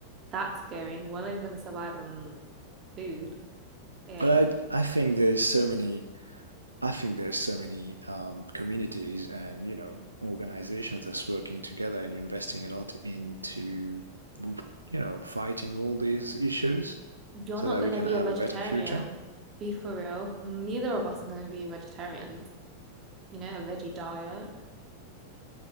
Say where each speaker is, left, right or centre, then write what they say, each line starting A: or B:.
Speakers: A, on the right; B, on the right.
A: that's going. We're not even going to survive on food. Okay,
B: But I I think there's so many I think there's so many um, communities and you know organizations that's working together and investing a lot into you know fighting all these issues
A: you're
B: so
A: not
B: that
A: going
B: we can
A: to be
B: have
A: a vegetarian.
B: a better future.
A: Be for real. Neither of us are going to be vegetarians. You know, a veggie diet.